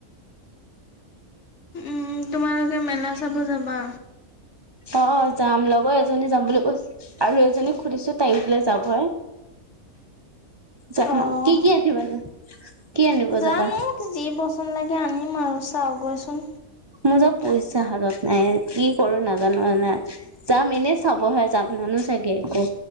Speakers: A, on the left; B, on the right.
A: উম, তোমালোকে মেলা চাব যাবা।
B: অ, যাম লগৰ এজনী যাম বুলি কৈছো আৰু এজনী খুধছো তাই পে যাব হয়। যাম
A: অ',
B: আৰু কি - কি আনিবানো। কি আনিব
A: জানো
B: যাবা?
A: যি বচন লাগে আনিম আৰু চাওগৈচোন।
B: মোৰ য পইচা হাতত নাই কি কৰো নাজানো যাম এনেই চাবহে যাম। নলও চাগে একো